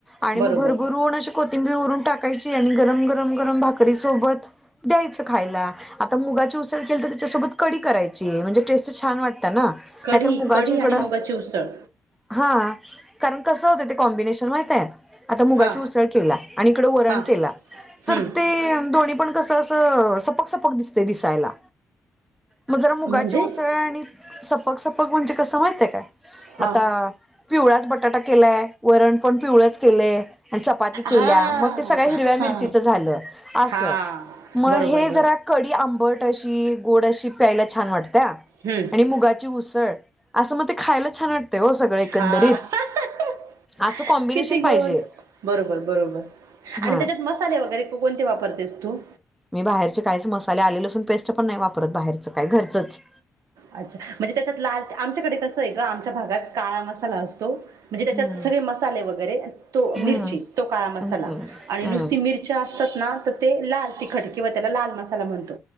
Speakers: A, in the centre; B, on the right.
A: आणि
B: बरोबर
A: म भर भरून कोथिंबीर वरून टाकायची आणि गरम, गरम, गरम भाकरी सोबत. द्यायचं खायला आता मुगाची उसळ केली तर त्याच्यासोबत कडी करायची म्हणजे टेस्ट छान वाटते. नाहीतर
B: कढी
A: मुगाची
B: कढी
A: इकड
B: आणि मुगाची उसळ
A: हा. कारण कसं होते ते कॉम्बिनेशन माहित आहे? आता मुगाची
B: हा
A: उसळ केला आणि इकड वरण
B: हा
A: केला
B: हम्म
A: तर ते दोन्ही पण. कस असं सपक, सपक दिसत दिसायला. मग जरा मुगाची
B: म्हणजे
A: उसळ आणि सपक, सपक म्हणजे कसं माहितय का?
B: हा
A: आता पिवळाच बटाटा केलाय वरण पण पिवळाच केलंय. आणि चपाती केल्या
B: हा
A: मग ते सगळ्या हिरव्या मिरचीचं
B: हा
A: झालं असं
B: हा
A: मग
B: बरोबर
A: हे जरा
B: बर
A: कडी आंबट अशी गोड अशी प्यायला छान वाटत आणि
B: हम्म
A: मुगा उसळ असं मग ते खायला छान वाटते. एकंदरीत
B: हा हा हा.
A: असं
B: हा
A: कॉम्बिनेशन
B: किती
A: पाहिजे
B: गोड बरोबर, बरोबर आणि
A: हा
B: त्याच्यात मस्त मसाले वगैरे कोणते वापरतेस तू.
A: मी बाहेरचे काहीच मसाले आलेले असून पेस्ट पण नाही वापरत बाहेरचं काय घरचंच.
B: अच्छा म्हणजे त्याच्यात लाल आमच्याकडे कसं आहे ग आमच्या भागात काळा मसाला असतो. म्हणजे त्याच्यात
A: हम्म
B: सगळे मसाले वगैरे तो
A: हम्म
B: मिरची तो काळा मसाला
A: हम्म
B: आणि
A: हम्म
B: नुसती मिरची असतात ना तर ते लाल तिखट किंवा त्याला लाल मसाला म्हणतो.